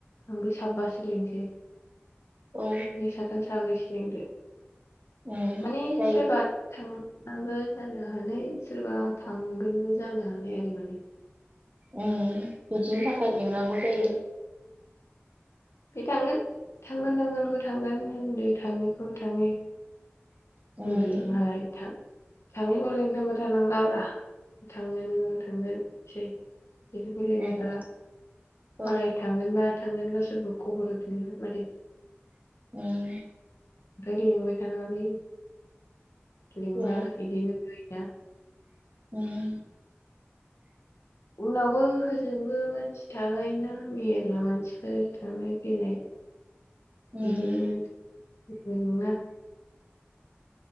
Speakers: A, on the left (about 85°); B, on the right (about 35°).
A: ओमफ्राय साबबासो लिंनोसै।
B: औ
A: नि साथाम साब्रै लेंदो
B: उम
A: माने
B: जायो
A: सोरबा थां आबो जानो हानाय सोरबा थांगोनबो जानो हानाय आरो माने उम
B: उम बिदिनि थाखाय लिंनांगौ जायो।
A: बे थांगोन थांगोन नांगोनखौ थांगोन उन्दै थाङैखौ थाङै
B: उम
A: बुंदो मालाय थां थांङैखौ लेंथाबबाय थानांरा ब्रा थांगोन थांगोनसै बिसोरखौ लिंबाय
B: उम
A: थाला मालाय
B: औ
A: थांगोनबा थांगोन गावसोरबो खबर होफिनदोंमोन माथो
B: उम
A: है लेंबाय थानाङालै लिंबा
B: औ
A: बिदिनो <unintelligible>
B: उम
A: उनावबो होजोंबो मानसि थाहैयोना मेरला मानसिफोर थांनाय फैनाय
B: उम
A: बिदिनो नोंना